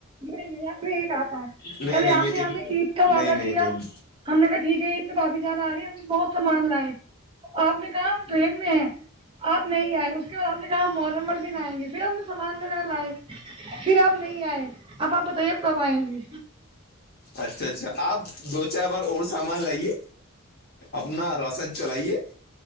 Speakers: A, on the right; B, on the left.
A: نہیں نہیں آپ نے یہ کہا تھا
B: نہیں
A: پہلے
B: نہیں
A: آپ
B: میں
A: نے ہمیں عید کا
B: نہیں
A: وعدہ
B: نہیں
A: کیا
B: نہیں
A: ہم نے کہا ٹھیک ہے عید تو کاافی جد آ رہی بہت سامان لائے آپ نے کہا ہم ٹرین میں ہیں آپ نہیں آئے اس اس کے بعد آپ نے کہا محرم مر دن آئیں گے پھر آپ نے سامان وغیرہ لائے پھر آپ نہیں آئے اب آپ بتائیے کب آئیں گے
B: اچھا اچھا آپ دو چار بار اور سامان لائیے اپنا راشن چلائیے